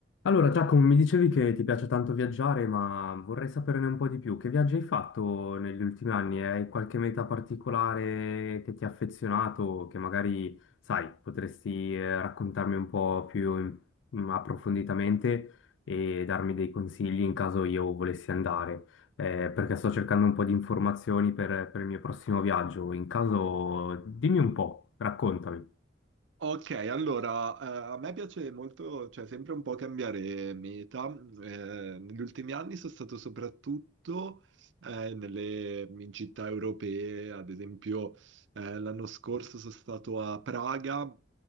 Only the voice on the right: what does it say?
Ok, allora, eh, a me piace molto, cioè sempre un po' cambiare meta. Eh, negli ultimi anni sono stato soprattutto eh, nelle in città europee, ad esempio eh, l'anno scorso sono stato a Praga,